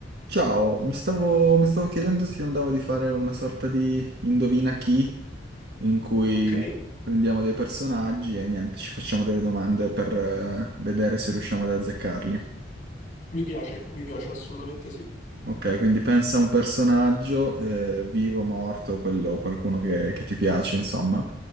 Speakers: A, on the right (about 55°); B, on the left (about 40°).
A: Ciao, mi stavo, mi stavo chiedendo se andavo di fare una sorta di indovina chi, in cui
B: Ok,
A: prendiamo dei personaggi e niente, ci facciamo delle domande per eh, vedere se riusciamo ad azzeccarli.
B: mi piace, mi piace, assolutamente sì.
A: Ok, quindi pensa a un personaggio, eh, vivo, morto, quello, qualcuno che, che ti piace, insomma,